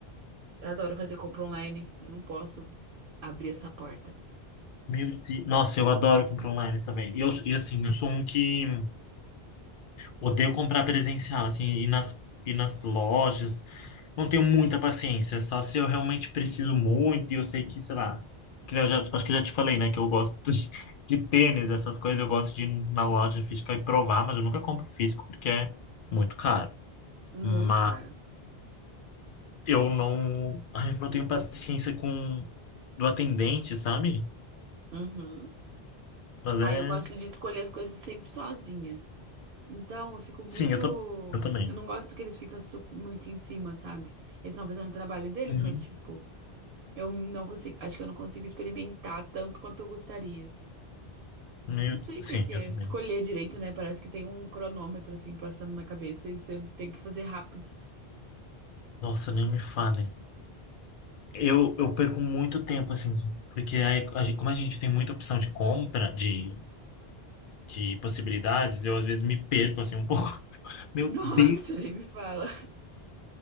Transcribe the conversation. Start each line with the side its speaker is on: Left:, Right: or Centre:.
Right: Eu adoro fazer compra online. Eu não posso abrir essa porta.
Left: meu Deus. Nossa, eu adoro comprar online também. E, eu, e assim, eu sou um que odeio comprar presencial, assim, e nas, e nas lojas. Não tenho muita paciência, só se eu realmente preciso muito e eu sei que, sei lá. que nem eu já- acho que eu já te falei, né, que eu gosto de, de tênis, essas coisas. Eu gosto de ir na loja física e provar, mas eu nunca compro físico porque é muito caro.
Right: Muito
Left: Mas.
Right: cara.
Left: Eu não, ai, eu não tenho paciência com do atendente, sabe?
Right: Uhum.
Left: Mas
Right: Ah,
Left: é,
Right: eu gosto de escolher as coisas sempre sozinha. Então, eu fico
Left: sim,
Right: muito.
Left: eu, tam- eu também.
Right: Eu não gosto que eles ficam su- muito em cima, sabe? Eles estão fazendo o trabalho deles,
Left: Uhum.
Right: mas, tipo, eu não consigo. Acho que eu não consigo experimentar tanto quanto eu gostaria.
Left: Meu,
Right: Não sei
Left: sim,
Right: por quê.
Left: eu também.
Right: Escolher direito, né? Parece que tem um cronômetro, assim, passando na cabeça e você tem que fazer rápido.
Left: Nossa, nem me fale. Eu, eu perco muito tempo assim, porque aí, a gente- como a gente tem muita opção de compra, de, de possibilidades, eu às vezes me perco assim um <laughs> pouco.
Right: <laughs>
Left: Meu
Right: Nossa,
Left: Deus,
Right: nem me fala.